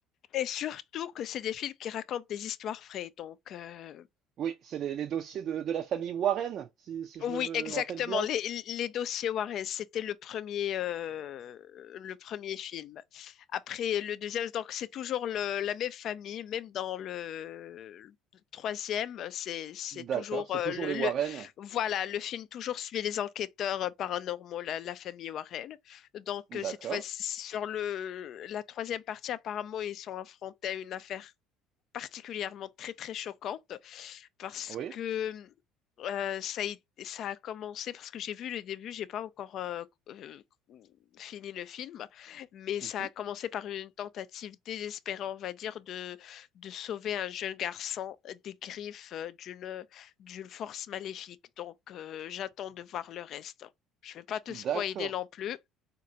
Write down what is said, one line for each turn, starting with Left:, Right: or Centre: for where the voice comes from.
Left: Et surtout que c'est des films qui racontent des histoires vraies. Donc, euh,
Right: Oui, c'est les, les dossiers de, de la famille Warren, si, si je
Left: Oui,
Right: me
Left: exactement.
Right: rappelle bien.
Left: Les, les dossiers Warren, c'était le premier, euh, le premier film. Après, le deuxième, donc c'est toujours le- la même famille, même dans le, le troisième, c'est, c'est
Right: D'accord,
Left: toujours
Right: c'est
Left: euh,
Right: toujours
Left: le,
Right: les
Left: le-
Right: Warren.
Left: voilà, le film toujours suit les enquêteurs euh, paranormaux, la, la famille Warren. Donc, euh,
Right: D'accord,
Left: cette fois, sur le, la troisième partie, apparemment, ils sont affrontés à une affaire particulièrement très très choquante parce
Right: oui.
Left: que euh, ça, a été- ça a commencé parce que j'ai vu le début, j'ai pas encore euh, euh, fini le film, mais ça
Right: mhm.
Left: a commencé par une tentative désespérée, on va dire, de, de sauver un jeune garçon des griffes euh, d'une d'une force maléfique. Donc euh, j'attends de voir le reste. Je vais pas te spoiler
Right: D'accord.
Left: non plus.